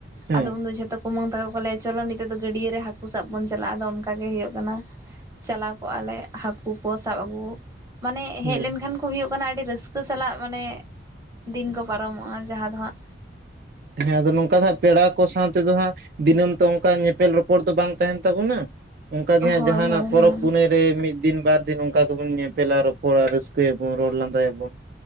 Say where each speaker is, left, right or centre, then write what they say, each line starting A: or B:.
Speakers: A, on the right; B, on the right.
A: ᱦᱮᱸ
B: ᱟᱫᱚ ᱩᱱᱫᱚ ᱡᱷᱚᱛᱚ ᱠᱩᱢᱟᱹᱝ ᱛᱟᱠᱚ ᱠᱚ ᱞᱟᱹᱭᱟ ᱪᱚᱞᱚ ᱱᱤᱛᱚᱜ ᱫᱚ ᱜᱟᱹᱰᱭᱟᱹ ᱨᱮ ᱦᱟᱹᱠᱩ ᱥᱟᱵ ᱵᱚᱱ ᱪᱟᱞᱟᱜᱼᱟ ᱟᱫᱚ ᱚᱱᱠᱟ ᱜᱮ ᱦᱩᱭᱩᱜ ᱠᱟᱱᱟ᱾ ᱪᱟᱞᱟᱣ ᱠᱚᱜᱼᱟ ᱞᱮ ᱦᱟᱹᱠᱩ ᱠᱚ ᱥᱟᱵ ᱟᱹᱜᱩ ᱢᱟᱱᱮ ᱦᱮᱡ
A: ᱦᱮᱸ
B: ᱞᱮᱱᱠᱷᱟᱱ ᱠᱚ ᱦᱩᱭᱩᱜ ᱠᱟᱱᱟ ᱟᱹᱰᱤ ᱨᱟᱹᱥᱠᱟᱹ ᱥᱟᱞᱟᱜ ᱢᱟᱱᱮ ᱫᱤᱱ ᱠᱚ ᱯᱟᱨᱚᱢᱚᱜᱼᱟ ᱡᱟᱦᱟᱸ ᱫᱚ ᱦᱟᱸᱜ
A: ᱦᱮᱸ ᱟᱫᱚ ᱱᱚᱝᱠᱟ ᱫᱚ ᱦᱟᱸᱜ ᱯᱮᱲᱟ ᱠᱚ ᱥᱟᱶ ᱛᱮᱫᱚ ᱦᱟᱸᱜ ᱫᱤᱱᱟᱹᱢ ᱛᱚ ᱚᱱᱠᱟ ᱧᱮᱯᱮᱞ ᱨᱚᱯᱚᱲ ᱫᱚ ᱵᱟᱝ ᱛᱟᱦᱮᱱ ᱛᱟᱵᱚᱱᱟ, ᱚᱱᱠᱟᱜᱮ
B: ᱦᱳᱭ
A: ᱦᱟᱸᱜ
B: ᱦᱳᱭ
A: ᱡᱟᱦᱟᱸᱱᱟᱜ ᱯᱚᱨᱚᱵᱽ
B: ᱦᱳᱭ
A: ᱯᱩᱱᱟᱹᱭ ᱨᱮ ᱢᱤᱫ ᱫᱤᱱ ᱵᱟᱫᱽ ᱫᱤᱱ ᱱᱚᱝᱠᱟ ᱜᱮᱵᱚᱱ ᱧᱮᱯᱮᱞᱟ ᱨᱚᱯᱚᱲᱟ ᱨᱟᱹᱥᱠᱟᱹᱭ ᱟᱵᱚᱱ ᱨᱚᱲ ᱞᱟᱸᱫᱟᱭ ᱟᱵᱚᱱ᱾